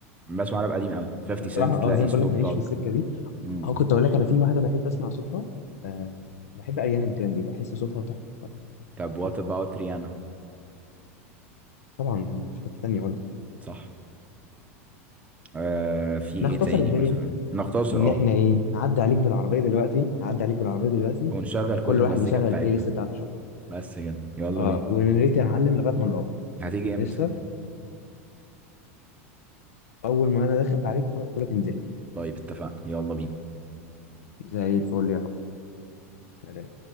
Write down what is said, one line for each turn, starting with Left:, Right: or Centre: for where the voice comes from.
Right: بسمع راب قديم قوي 50
Left: انا بصراحه
Right: سنت تلاقي
Left: اه زي ما
Right: سنوب
Left: بقول لك ماليش
Right: دوج
Left: في السكه دي
Right: امم
Left: اه كنت اقول لك انا في واحده بحب اسمع صوتها أه بحب اريانا جراندي بحس صوتها تحفه
Right: طب وات اباوت ريانا
Left: طبعا في حته تانيه برضه
Right: صح آه في
Left: نختصر
Right: ايه تاني
Left: الدنيا
Right: مثلا نختصر
Left: ان
Right: اه
Left: احنا ايه هعدي عليك بالعربيه دلوقتي هعدي عليك بالعربيه دلوقتي
Right: ونشغل
Left: وكل
Right: كل المزيكا
Left: واحد يشغل
Right: بتاعتنا
Left: البلاي ليست بتاعته شويه
Right: بس كده يلا
Left: اه
Right: بينا
Left: ونريت يا معلم لغايه ما نروح
Right: هتيجي امتى
Left: قشطه اول ما انا داخل عليك بقول لك انزل لي
Right: طيب اتفقنا يلا بينا
Left: زي الفل يا حب سلام.